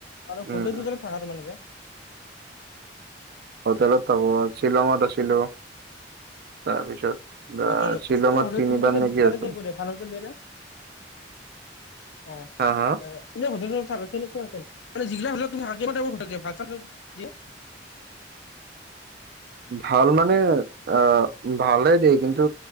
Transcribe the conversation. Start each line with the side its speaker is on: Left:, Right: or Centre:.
Left: আৰু
Right: উম
Left: হোটেল
Right: উম
Left: চোটেল থাকা তোমালোকে।
Right: হোটেলত থাকো শ্বিলঙত আছিলো তাৰপিছত আহ,
Left: হোটেল
Right: শ্বিলঙত
Left: হোটেল
Right: তিনিবাৰ
Left: দ
Right: নেকি
Left: ততে
Right: আছো
Left: কি কৰি ভাল হোটেল দিয়ে নে। অ
Right: হা হা
Left: এয়া। এনেই সোধিছো তাৰ।
Right: ভাল মানে আহ ভালেই দেই কিন্তু।